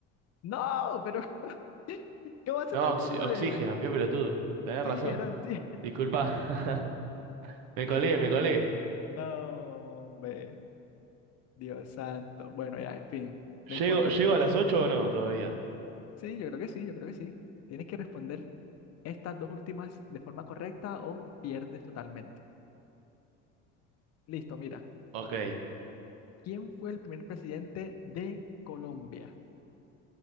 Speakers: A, on the left; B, on the right.
A: No, pero <laughs> ¿cómo se
B: No,
A: te ocurre?
B: oxi- oxígeno, qué pelotudo. Tenés
A: Sí,
B: razón.
A: era sí.
B: Disculpa. <laughs> Me
A: <laughs>
B: colé, me colé.
A: No, hombre, Dios santo. Bueno, ya, en fin, no importa,
B: ¿Llego, llego
A: no importa.
B: a las ocho o no todavía?
A: Sí, yo creo que sí, yo creo que sí. Tienes que responder estas dos últimas de forma correcta o pierdes totalmente. Listo, mira.
B: Ok.
A: ¿Quién fue el primer presidente de Colombia?